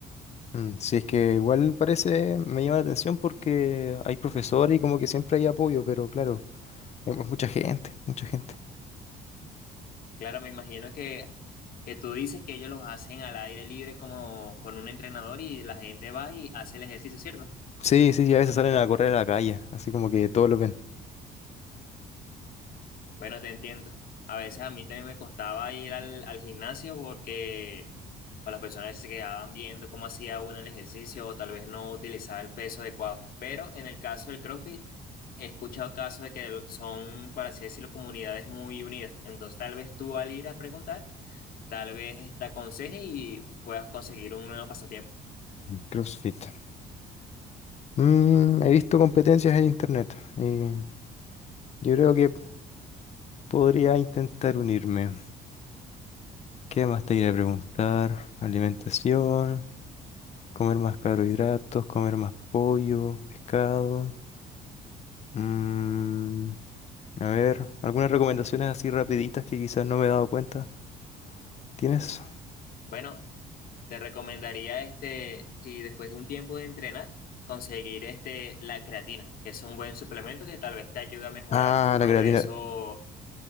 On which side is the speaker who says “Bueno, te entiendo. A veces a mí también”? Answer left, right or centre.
Left